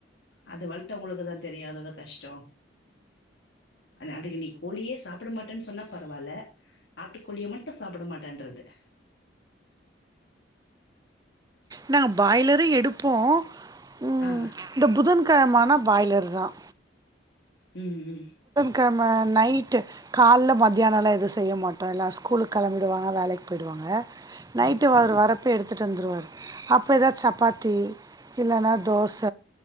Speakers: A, on the left; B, on the right.
A: அது வளர்த்தவங்களுக்குதா தெரியு அதோட கஷ்டோ. அதுக்கு நீ கோழியே சாப்ட மாட்டன்னு சொன்னா. பரவாயில்ல நாட்டுக்கோழிய மட்டும் சாப்பிட மாட்டேன்றது <inaudible>
B: நாங்க பாய்லரும் எடுப்போம் உம்
A: ஆ
B: இந்த புதன்கிழமா ஆன பாய்லர் தான்
A: உம் உம்
B: நமா நைட்டு கால மத்தியானல எதுவும் செய்ய மாட்டோம் இல்ல ஸ்கூலுக்கு கிளம்பிடுவாங்க வேலைக்கு போயிவிடுவாங்க நைட்டு
A: ஓ
B: அவறு வரப்ப எடுத்துட்டு வந்துருவார் அப் இப்போ எதாது சப்பாத்தி இல்லன்னா தோச